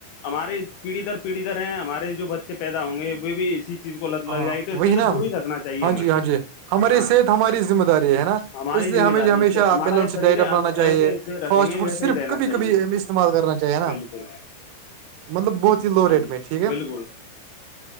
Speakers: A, on the left (about 80°); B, on the right (about 85°).
A: ہمارے پیڑھی در پیڑھی در ہیں ہمارے جو بچے پیدا ہوں گے وہ بھی اسی چیز کو لت
B: ہاں
A: لگ جائے گی تو اس
B: وہی
A: سے تو
B: نا
A: دور ہی رکھنا چاہیے
B: ہاں
A: ہمیں
B: جی ہاں جی ہماری
A: ہاں
B: صحت ہماری ذمہ داری ہے نا
A: ہماری
B: اس لیے
A: ذمہ
B: ہمیں
A: داری
B: ہمیشہ
A: اس سے ہمارا
B: بیلنس
A: یہ شریر
B: ڈائٹ
A: ہے
B: اپنانا
A: ہم
B: چاہیے
A: ایسے ایسے رکھیں
B: فاسٹ
A: گے
B: فوڈ
A: ویسا
B: صرف
A: ہی رہنا
B: کبھی
A: چاہیے
B: کبھی استعمال کرنا چاہیے نا
A: بالکل
B: مطلب بہت ہی لو ریٹ
A: ہاں جی
B: میں ٹھیک ہے
A: بالکل